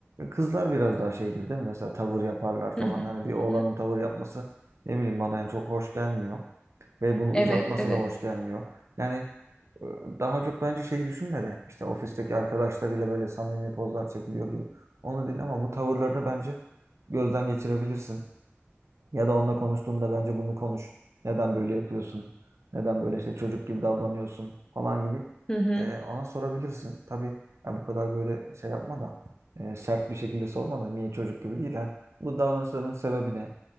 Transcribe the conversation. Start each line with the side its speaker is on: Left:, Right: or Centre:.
Right: kızlar biraz daha şeydir değil mi? Mesela tavır yaparlar falan.
Left: Hı hı,
Right: Hani bir oğlanın
Left: hı hı.
Right: tavır yapması ne bileyim bana yani çok hoş gelmiyor ve bunu
Left: Evet,
Right: uzatması
Left: evet.
Right: da hoş gelmiyor. Yani e, daha çok bence şeyi düşünme de işte ofisteki arkadaşlarıyla böyle samimi pozlar çekiliyor gibi. Onu değil ama bu tavırlarını bence gözden geçirebilirsin. Ya da onunla konuştuğunda bence bunu konuş. Neden böyle yapıyorsun? Neden böyle işte çocuk gibi davranıyorsun falan gibi.
Left: Hı hı,
Right: E, ona sorabilirsin. Tabii ya bu kadar böyle şey yapma da e, sert bir şekilde sorma da niye çocuk gibi değil. Yani bu davranışların sebebi ne?